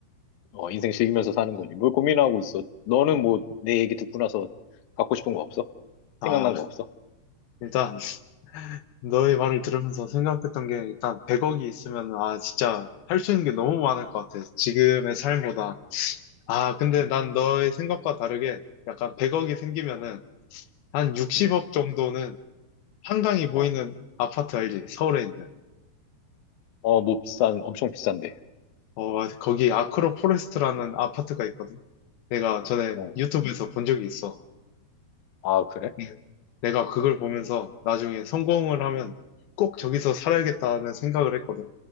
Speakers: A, on the left; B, on the left.
A: 어, 인생 즐기면서 사는 거지. 뭘 고민하고 있어. 너는 뭐 내 얘기 듣고 나서 갖고 싶은 거 없어? 생각난
B: 아,
A: 거 없어?
B: 일단, 너의
A: 응,
B: 말을 들으면서 생각했던 게, 일단, 100억이 있으면, 아, 진짜, 할 수 있는 게 너무 많을 것 같아. 지금의 삶보다. 아, 근데
A: 응,
B: 난 너의 생각과 다르게, 약간 100억이 생기면은,
A: 어,
B: 한 60억
A: 어,
B: 정도는 한강이
A: 어,
B: 보이는 아파트 알지? 서울에 있는.
A: 어, 뭐 비싼, 엄청 비싼데.
B: 어, 거기 아크로 포레스트라는 아파트가 있거든. 내가 전에
A: 어,
B: 유튜브에서 본 적이 있어.
A: 아, 그래?
B: 네. 내가 그걸 보면서 나중에 성공을 하면 꼭 저기서 살아야겠다는 생각을 했거든.